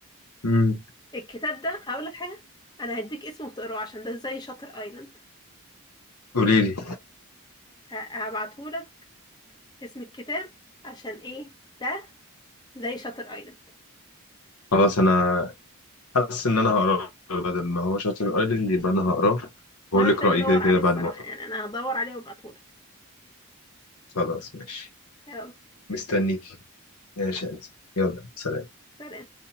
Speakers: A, on the left (about 85°); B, on the left (about 20°).
A: امم
B: الكتاب ده هقول لك حاجة انا هديك اسمه وتقراه عشان ده زي شاتر ايلاند
A: قولي لي
B: هبعتهولك اسم الكتاب عشان ايه ده زي شاتر ايلاند
A: خلاص انا حاسس ان انا هقراه بدل ما هو شاطر قال لي يبقى انا هقراه وهقول
B: وانا
A: لك
B: محتاجة
A: رايي
B: ادور
A: كده كده
B: عليه
A: بعد
B: الصراحة
A: ما اقراه
B: يعني انا هدور عليه وابعتهولك
A: خلاص ماشي
B: يلا
A: مستنيك يا شاهد يلا سلام
B: سلام